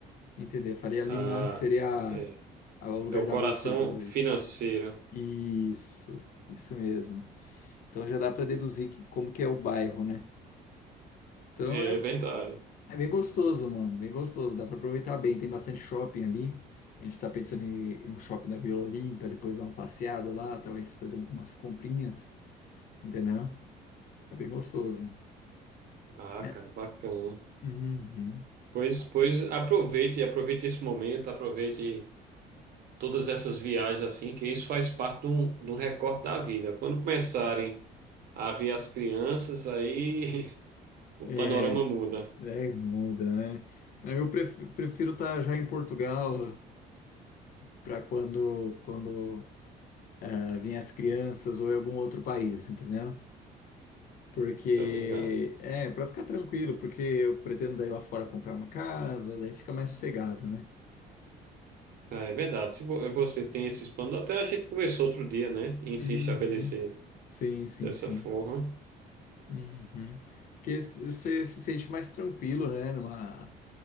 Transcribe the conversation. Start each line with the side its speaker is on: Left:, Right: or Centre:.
Left: Entender. A Faria
Right: Ah,
Left: Lima seria
Right: é.
Left: a- o lugar
Right: É o
Left: da
Right: coração
Left: Bolsa de Valores.
Right: financeiro.
Left: Isso, isso mesmo. Então já dá para deduzir que, como que é o bairro, né? Então
Right: É
Left: é,
Right: é verdade.
Left: é bem gostoso, mano. Bem gostoso. Dá para aproveitar bem. Tem bastante shopping ali. A gente tá pensando em ir no shopping da Vila Olímpia, depois dar uma passeada lá, talvez fazer algumas comprinhas, entendeu? É bem gostoso.
Right: Ah,
Left: É,
Right: cara, bacana.
Left: uhum.
Right: Pois, pois aproveite, aproveite esse momento, aproveite todas essas viagens assim, que isso faz parte de um, de um recorte da vida. Quando começarem a ver as crianças, aí <laughs> O
Left: É,
Right: panorama muda,
Left: daí muda, né? Eu pref- prefiro estar já em Portugal, para quando quando ah, vinha as crianças ou em algum outro país, entendeu? Porque
Right: tá ligado?
Left: é para ficar tranquilo, porque eu pretendo daí lá fora comprar uma casa, daí fica mais sossegado, né?
Right: Ah, é verdade. Se vo- você tem esses planos, até a gente conversou outro dia, né? Em
Left: Uhum.
Right: se estabelecer
Left: Sim, sim,
Right: dessa
Left: sim.
Right: forma.
Left: Uhum. Porque se- você se sente mais tranquilo, né? Numa,